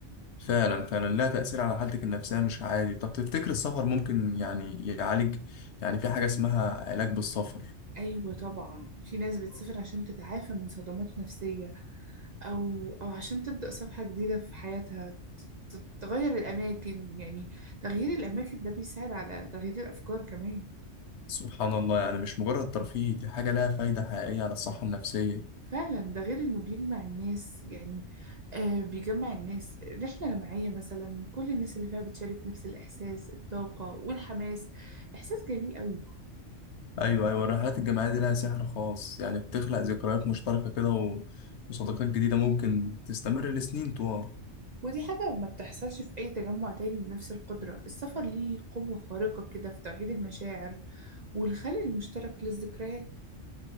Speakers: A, on the left; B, on the right.
A: فعلا فعلا لها تأثير على حالتك النفسية مش عادي طب تفتكر السفر ممكن يعني يعالج يعني في حاجة اسمها علاج بالسفر
B: أيوة طبعا في ناس بتسافر عشان تتعافى من صدمات نفسية أو أو عشان تبدأ صفحة جديدة في حياتها تغير الأماكن يعني تغيير الأماكن ده بيساعد على تغيير الأفكار كمان
A: سبحان الله يعني مش مجرد ترفيه دي حاجة لها فايدة حقيقية على الصحة النفسية
B: فعلا ده غير إنه بيجمع الناس يعني آه بيجمع الناس رحلة جماعية مثلا كل الناس اللي فيها بتشارك نفس الإحساس الطاقة والحماس إحساس جميل قوي
A: أيوة أيوة الرحلات الجماعية دي لها سحر خاص يعني بتخلق ذكريات مشتركة كده و... وصداقات جديدة ممكن تستمر لسنين طوال
B: ودي حاجة ما بتحصلش في أي تجمع تاني بنفس القدرة السفر ليه قوة خارقة كده في توحيد المشاعر والخلق المشترك للذكريات